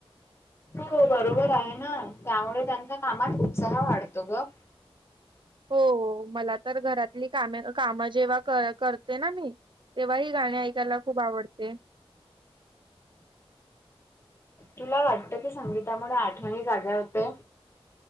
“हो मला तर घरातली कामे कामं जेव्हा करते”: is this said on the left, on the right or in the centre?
Right